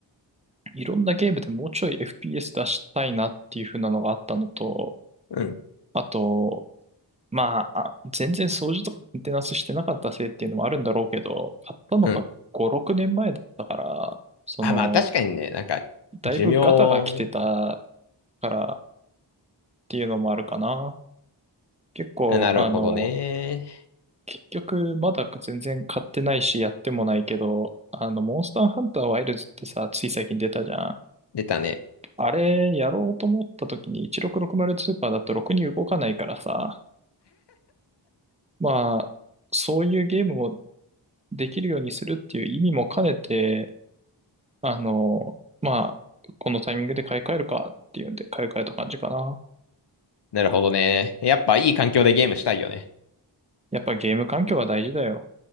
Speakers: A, on the right; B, on the left.
A: いろんなゲームでもうちょい FPS 出したいなっていう風なのがあったのと、
B: <laughs> うん、
A: あと、まあ、あ全然掃除とかメンテナンスしてなかったせいっていうのもあるんだろうけど、買ったのが5、
B: うん。
A: 6年前だったから、その、
B: あ、まあ確かにね、なんか、
A: だいぶガタが来てた
B: 寿命ね。
A: からっていうのもあるかな。結構、
B: なるほどね。
A: あの、結局、まだか全然買ってないし、やってもないけど、あの、モンスターハンターワイルズってさ、つい最近出たじゃん。
B: 出たね。
A: あれ、やろうと思った時に1660スーパーだとろくに動かないからさ、まあ、そういうゲームをできるようにするっていう意味も兼ねて、あの、まあ、このタイミングで買い替えるかっていうんで買い替えた感じかな。
B: なるほどね。やっぱいい環境でゲームしたいよね。
A: やっぱゲーム環境は大事だよ。